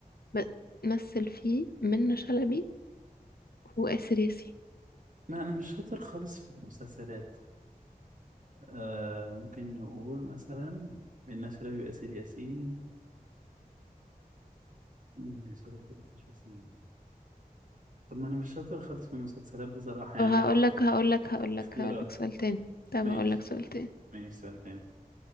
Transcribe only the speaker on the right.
ما انا مش شاطر خالص في المسلسلات آه ممكن نقول مثلا من ناس لا يؤثر ياسين من ناس لا يؤثر ياسين طب ما انا مش شاطر خالص في المسلسلات بصراحة يعني
ما اعرفش
اختيارات
ماشي
ماشي سؤال تاني